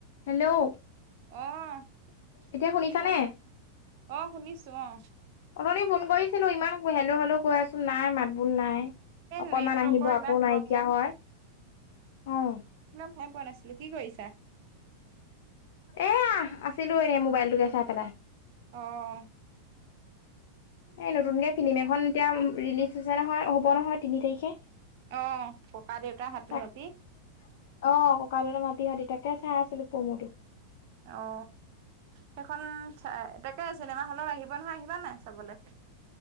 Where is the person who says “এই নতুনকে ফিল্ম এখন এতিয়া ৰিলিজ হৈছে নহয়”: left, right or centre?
Left